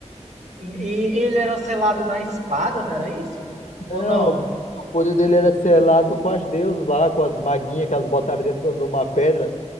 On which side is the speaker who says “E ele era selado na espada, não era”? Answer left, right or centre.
Right